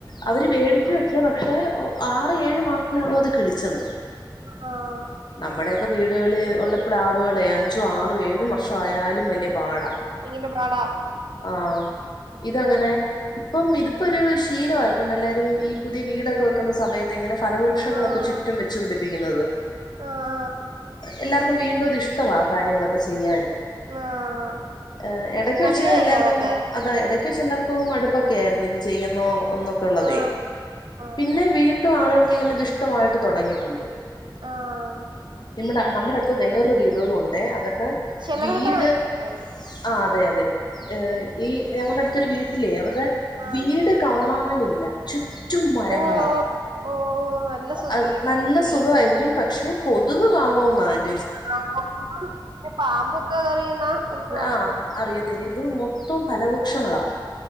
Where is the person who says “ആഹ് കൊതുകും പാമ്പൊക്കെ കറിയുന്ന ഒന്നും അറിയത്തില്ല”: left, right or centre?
Right